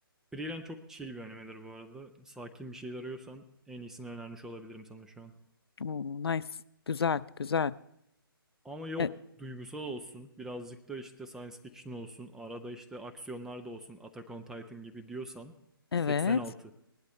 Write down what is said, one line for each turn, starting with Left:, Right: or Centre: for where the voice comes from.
Centre: Frieren çok chill bir animedir bu arada. Sakin bir şey arıyorsan en iyisini önermiş olabilirim sana şu an.
Left: Oo, nice. Güzel, güzel.
Centre: Ama yok
Left: E,
Centre: duygusal olsun birazcık da işte science fiction olsun arada işte aksiyonlar da olsun Attack on Titan gibi diyorsan
Left: evet.
Centre: 86